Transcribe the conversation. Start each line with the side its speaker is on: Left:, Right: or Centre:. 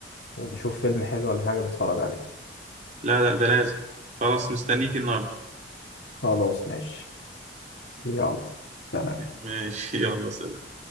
Left: ونشوف فيلم حلو ولا حاجة نتفرج عليه
Right: لا لا ده لازم خلاص مستنيك النهارده
Left: خلاص ماشي يلا سلام
Right: <laughs> ماشي يلا سلام